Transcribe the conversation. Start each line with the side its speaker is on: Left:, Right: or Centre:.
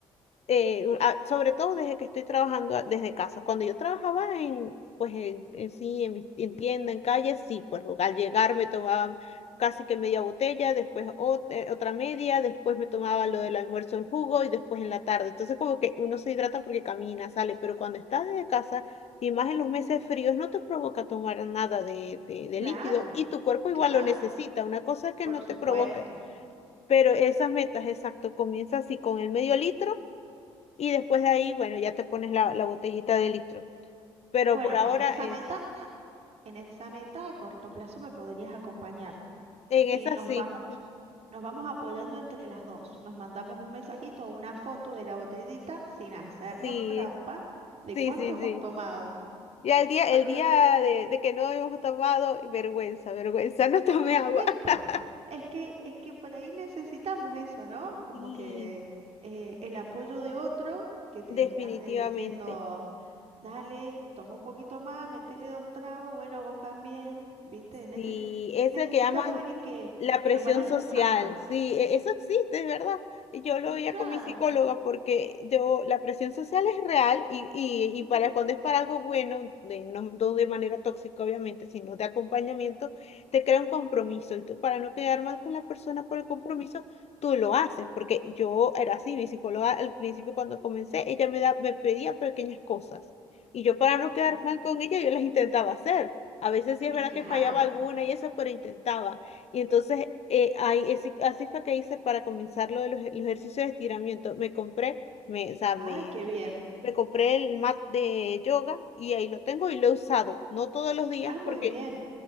Left: eh, a- sobre todo desde que estoy trabajando a- desde casa. Cuando yo trabajaba en, pues en, en sí, en, mi- en tienda, en calle, sí, pues o- al llegar me tomaba casi que media botella, después ot- eh, otra media, después me tomaba lo del almuerzo, el jugo y después en la tarde. Entonces como que uno se hidrata porque camina, sale, pero cuando estás desde casa y más en los meses fríos no te provoca tomar nada de, de, de
Right: Claro,
Left: líquido y tu cuerpo igual
Right: claro,
Left: lo necesita. Una cosa es que
Right: por
Left: no
Right: supuesto.
Left: te provoque, pero esas metas, exacto, comienza así con el medio litro. Y después de ahí, bueno, ya te pones la, la botellita de litro. Pero
Right: Bueno,
Left: por ahora
Right: en esa
Left: esa.
Right: meta, en esa meta a corto plazo me podrías acompañar.
Left: En
Right: y
Left: esa
Right: nos
Left: sí.
Right: vamos, nos vamos apoyando entre las dos. Nos mandamos un mensajito o una foto de la botellita sin hacernos
Left: Sí,
Right: trampa de
Left: sí,
Right: cuánto
Left: sí,
Right: hemos
Left: sí.
Right: tomado.
Left: Ya el día,
Right: Porque,
Left: el día de, de que no habíamos tomado, vergüenza, vergüenza, <laughs> no
Right: por
Left: tomé
Right: supuesto,
Left: agua. <laughs>
Right: es que, es que por ahí necesitamos eso, ¿no? Como
Left: Y
Right: que eh, el apoyo de otro que te
Left: definitivamente.
Right: ande diciendo, dale, toma un poquito más, metele dos tragos, bueno, vos también, ¿viste? Nece-
Left: Sí, ese
Right: necesitamos
Left: que llaman
Right: a alguien que,
Left: la
Right: que
Left: presión
Right: nos vaya empujando.
Left: social, sí, e- eso existe, es verdad. Yo lo
Right: Y
Left: veía
Right: claro.
Left: con mi psicóloga porque yo, la presión social es real y, y, y
Right: ujú,
Left: para cuando es para algo bueno, de, no, no de manera tóxica obviamente, sino de acompañamiento, te crea un compromiso y tú para no quedar mal con la persona por el compromiso,
Right: ujú.
Left: tú lo haces, porque yo era así, mi psicóloga al principio cuando comencé, ella me, da, me pedía pequeñas cosas y yo para no
Right: Ujú.
Left: quedar mal con ella, yo las intentaba hacer. A veces sí
Right: Y
Left: es verdad
Right: claro,
Left: que fallaba alguna y eso, pero intentaba. Y entonces, eh, ahí, ese- así fue que hice para comenzar lo de los, ej- los ejercicios de estiramiento. Me compré, me, o sea,
Right: ay,
Left: me,
Right: qué bien,
Left: me compré el mat de yoga y ahí lo tengo y lo he usado. No todos los días
Right: ah, muy
Left: porque
Right: bien,